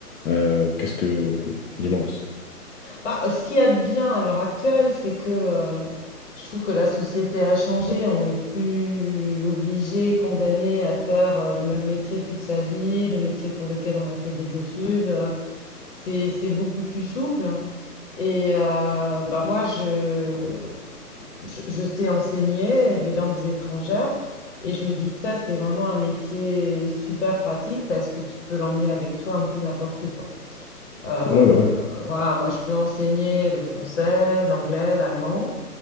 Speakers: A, on the left; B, on the left.
A: Euh, qu'est-ce que... Dis-moi.
B: Bah, ce qu'il y a de bien à l'heure actuelle, c'est que euh, je trouve que la société a changé. On n'est plus obligé, condamné à faire euh, le même métier toute sa vie, le métier pour lequel on a fait des études. Euh, C'est, c'est beaucoup plus souple. Et euh, bah, moi, je, je, je sais enseigner les langues étrangères. Et je me dis que ça, c'est vraiment un métier super pratique parce que tu peux l'emmener avec toi un peu n'importe où, quoi. Euh,
A: Ouais, bah ouais.
B: voilà, moi je peux enseigner le français, l'anglais, l'allemand.